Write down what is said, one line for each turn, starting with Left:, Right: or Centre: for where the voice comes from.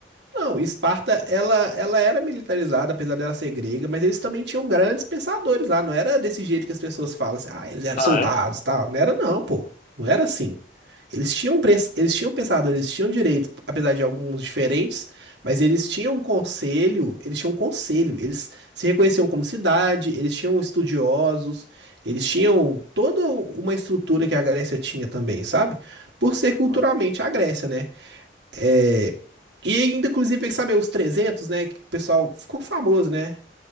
Right: Não, Esparta, ela, ela era militarizada, apesar dela ser grega, mas eles também tinham grandes pensadores lá. Não era desse jeito que as pessoas falam, assim, ah, eles eram
Left: Ah,
Right: soldados,
Left: é?
Right: tal. Não era não, pô. Não era assim. Eles tinham, pres- eles tinham pensadores, eles tinham direitos, apesar de alguns diferentes, mas eles tinham um conselho, eles tinham um conselho, eles se reconheciam como cidade, eles tinham estudiosos, eles tinham toda uma estrutura que a Grécia tinha também, sabe? Por ser culturalmente
Left: Ah,
Right: a Grécia, né? É, e ainda, inclusive, sabe, os 300, né? Que o pessoal ficou famoso, né?